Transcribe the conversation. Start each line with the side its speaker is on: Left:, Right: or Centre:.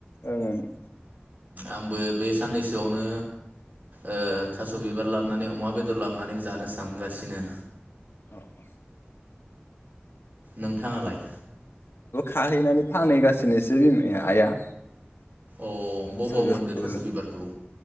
Left: ओं ओं
Right: आंबो बे साननैसोआवनो ओ थास' बिबार लाबोनानै अमा बेदर लाबोनानै जानो सानगासिनो
Left: अ अ
Right: नोंथाङालाय
Left: थाहैनानै फानहैगासिनोसो बि आइआ।
Right: अ
Left: थास'
Right: बबाव
Left: बिबारफोरखौ
Right: मोनदो थास बिबारखौ